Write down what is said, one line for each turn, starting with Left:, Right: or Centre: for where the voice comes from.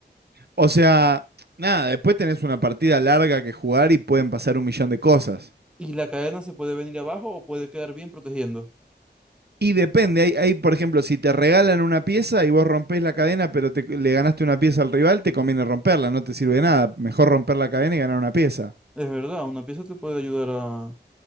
Right: O sea, nada, después tenés una partida larga que jugar y pueden pasar un millón de cosas.
Centre: Y la cadena se puede venir abajo o puede quedar bien protegiendo.
Right: Y depende, hay, hay, por ejemplo, si te regalan una pieza y vos rompés la cadena, pero te- le ganaste una pieza al rival, te conviene romperla, no te sirve de nada. Mejor romper la cadena y ganar una pieza.
Centre: Es verdad, una pieza te puede ayudar a,